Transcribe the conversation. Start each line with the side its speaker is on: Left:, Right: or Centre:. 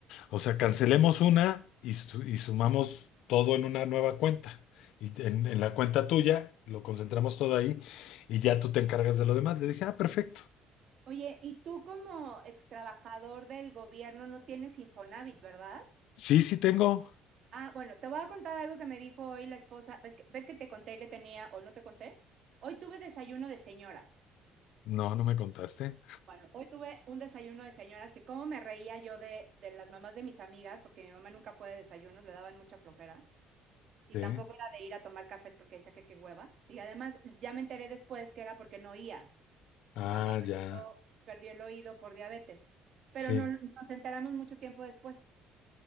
Left: O sea, cancelemos una y, su- y sumamos todo en una nueva cuenta. Y te- en, en la cuenta tuya lo concentramos todo ahí y ya tú te encargas de lo demás. Le dije, ah, perfecto.
Right: Oye, y tú como ex trabajador del gobierno no tienes Infonavit, ¿verdad?
Left: Sí, sí tengo.
Right: Ah, bueno, te voy a contar algo que me dijo hoy la esposa. ¿Ves que, ves que te conté que tenía o no te conté? Hoy tuve desayuno de señoras.
Left: No, no me contaste.
Right: Bueno, hoy tuve un desayuno de señoras que cómo me reía yo de, de las mamás de mis amigas, porque mi mamá nunca fue de desayunos, le daban mucha flojera. Y
Left: Sí.
Right: tampoco era de ir a tomar cafés porque decía que qué hueva. Y además ya me enteré después que era porque no oía.
Left: Ah,
Right: Mi mamá perdió,
Left: ya.
Right: perdió el oído por diabetes, pero
Left: Sí,
Right: no nos enteramos mucho tiempo después.